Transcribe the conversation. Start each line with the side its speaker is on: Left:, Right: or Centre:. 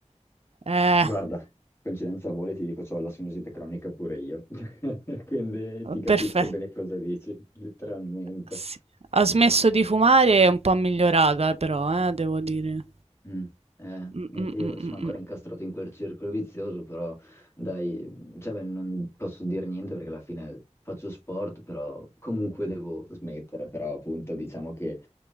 Right: eh,
Left: Guarda, coincidenza vuole, ti dico, c'ho la sinusite cronica pure io. <laughs> Quindi ti capisco
Right: perfetto.
Left: bene cosa dici, letteralmente.
Right: Sì. Ho smesso di fumare, è un po' migliorata però, eh, devo dire.
Left: Mm, eh,
Right: Mm, mm,
Left: io
Right: mm,
Left: sono
Right: mm,
Left: ancora
Right: mm.
Left: incastrato in quel circolo vizioso, però dai, cioè, beh, non posso dire niente perché alla fine faccio sport, però comunque devo smettere, però appunto diciamo che